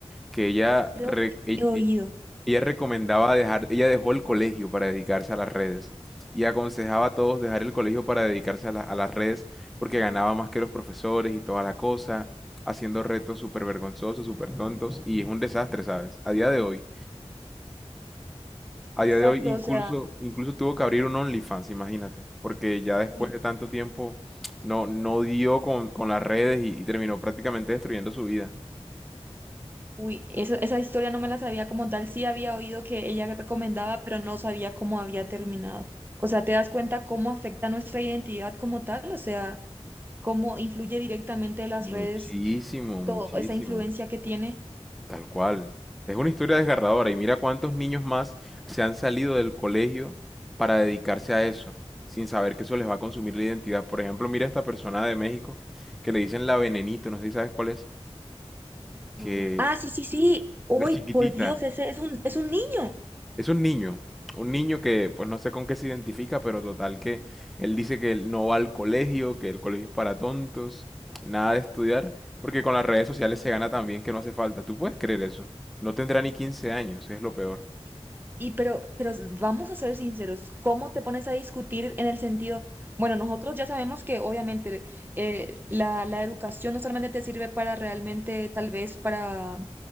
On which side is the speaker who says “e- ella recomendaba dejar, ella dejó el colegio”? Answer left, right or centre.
Centre